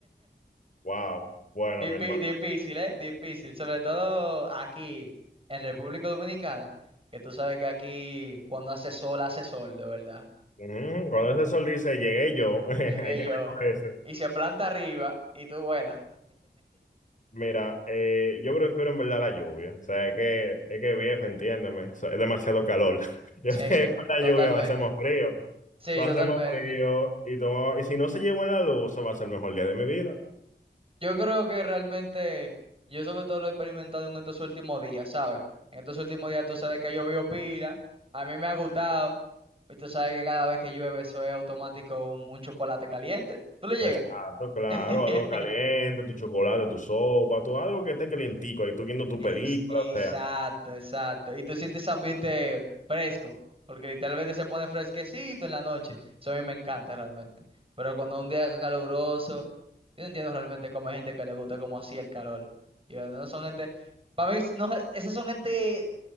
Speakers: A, on the left; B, on the right.
A: Wow, bueno,
B: Difí-
A: mi hermano.
B: Difícil, ¿eh? Difícil. Sobre todo aquí, en República Dominicana, que tú sabes que aquí cuando hace sol, hace sol, de verdad.
A: Ujú, Cuando ese sol dice, llegué yo, <laughs> hay
B: Llegué
A: que
B: yo
A: recogerse.
B: y se planta arriba y tú, bueno,
A: Mira, eh, yo prefiero en verdad la lluvia, o sea, es que, es que viejo, entiéndeme, o sea, es demasiado calor. <laughs> Yo
B: sí,
A: sé que con la
B: totalmente.
A: lluvia va a ser más frío,
B: Sí,
A: va
B: totalmente.
A: a ser más frío, y, tomo- y si no se lleva la luz, se va a ser el mejor día de mi vida.
B: Yo creo que realmente, yo sobre todo lo he experimentado en estos últimos días, ¿sabes? En estos últimos días tú sabes que ha llovido pila, a mí me ha gustado, y tú sabes que cada vez que llueve eso es automático un, un chocolate caliente. ¿Tú le llegas?
A: Exacto, claro,
B: <laughs>
A: algo caliente, tu chocolate, tu sopa, tu, algo que esté calientico, ahí tú viendo tu
B: Es,
A: película,
B: exacto,
A: o sea.
B: exacto. Y tú sientes ese ambiente fresco, porque literalmente se pone fresquecito en la noche. Eso a mí me encanta realmente. Pero cuando un día caluroso, yo no entiendo realmente cómo hay gente que le gusta como así el calor. Yo no son gente, para mí, no, esas son gente